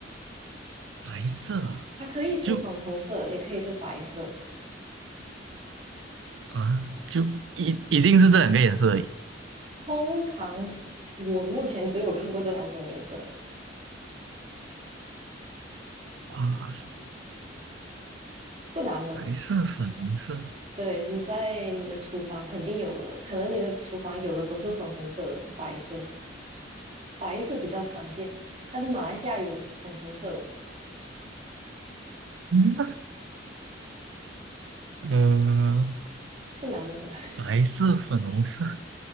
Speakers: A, on the right; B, on the right.
A: 白色啊，
B: 它可以是粉红色，
A: 就
B: 也可以是白色。
A: 啊，就一一定是这两个颜色而已。
B: 通常我目前只有看过这两种颜色，
A: 哇，
B: 不难的。
A: 白色、粉红色，
B: 对，你在你的厨房肯定有的，可能你的厨房有的不是粉红色的，是白色的，白色比较常见，但是马来西亚有粉红色的，
A: 嗯，呃，
B: 不难的。<laughs>
A: 白色、粉红色，